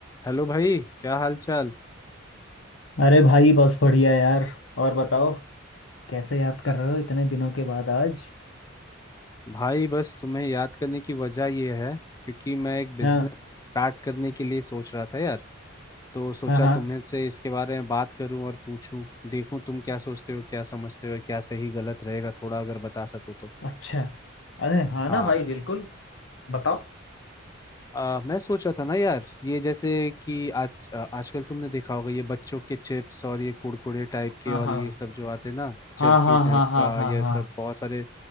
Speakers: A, on the left; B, on the left.
A: Hello भाई क्या हाल चाल
B: अरे भाई बस बढ़िया यार और बताओ कैसे याद कर रहे हो इतने दिनों के बाद आज
A: भाई बस तुम्हें याद करने की वजह ये है क्योंकि मैं एक बिजनेस
B: हाँ
A: स्टार्ट करने के लिए सोच रहा था यार तो सोचा
B: हाँ हाँ
A: तुम्हें से इसके बारे में बात करूं और पूछूं देखूं तुम क्या सोचते हो क्या समझते हो क्या सही गलत रहेगा थोड़ा अगर बता सको तो
B: अच्छा अरे हाँ
A: हाँ
B: ना भाई बिल्कुल बताओ
A: आ, मैं सोच रहा था ना यार ये जैसे कि आज आ, आजकल तुमने देखा होगा ये बच्चों के चिप्स और ये कुरकुरे टाइप के
B: हाँ
A: और
B: हाँ
A: ये सब जो आते हैं ना चरखी
B: हाँ हाँ
A: टाइप
B: हाँ हाँ
A: का ये
B: हाँ
A: सब बहुत सारे